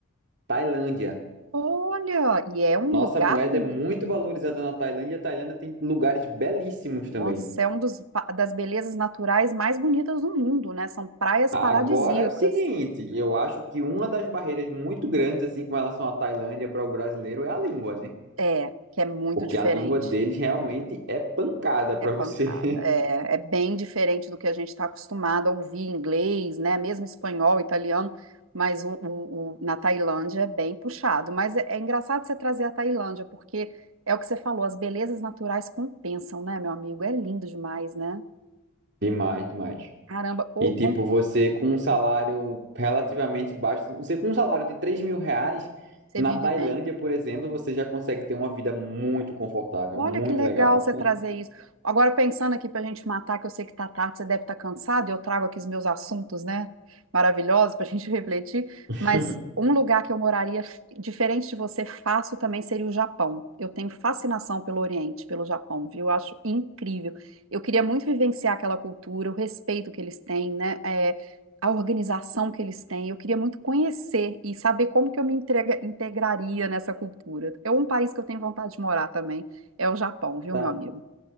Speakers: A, on the right (about 55°); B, on the right (about 85°).
A: Tailândia.
B: Olha, e é um
A: Nossa
B: lugar
A: moeda
B: lindo.
A: é muito valorizada na Tailândia. A Tailândia tem lugares belíssimos
B: Nossa,
A: também.
B: é um dos, pa- das belezas naturais mais bonitas do mundo, né? São praias
A: Agora
B: paradisíacas.
A: é o seguinte, eu acho que uma das barreiras muito grandes assim com relação à Tailândia para o brasileiro é a língua, né?
B: É, que é muito
A: Porque
B: diferente.
A: a língua deles realmente é pancada para
B: É pancada.
A: você.
B: É, é bem diferente do que a gente está acostumado a ouvir em inglês, né? Mesmo espanhol, italiano, mas o, o- o- na Tailândia é bem puxado. Mas é, é engraçado você trazer a Tailândia, porque é o que você falou, as belezas naturais compensam, né, meu amigo? É lindo demais, né?
A: <laughs> Demais, demais.
B: Caramba, ô,
A: E tipo,
B: ô,
A: você com um salário relativamente baixo, você com um salário de três mil reais,
B: você
A: na
B: vive
A: Tailândia,
B: bem.
A: por exemplo, você já consegue ter uma vida muito confortável,
B: Olha
A: muito
B: que legal
A: legal.
B: você trazer isso. Agora, pensando aqui para a gente matar, que eu sei que tá tarde, você deve estar cansado, e eu trago aqui os meus assuntos, né? Maravilhosos para a gente <laughs> refletir.
A: <laughs>
B: Mas um lugar que eu moraria, diferente de você, fácil também seria o Japão. Eu tenho fascinação pelo Oriente, pelo Japão, viu? Eu acho incrível. Eu queria muito vivenciar aquela cultura, o respeito que eles têm, né? É, a organização que eles têm. Eu queria muito conhecer e saber como que eu me entrega- integraria nessa cultura. É um país que eu tenho vontade de morar também. É o Japão, viu,
A: Tá,
B: meu amigo?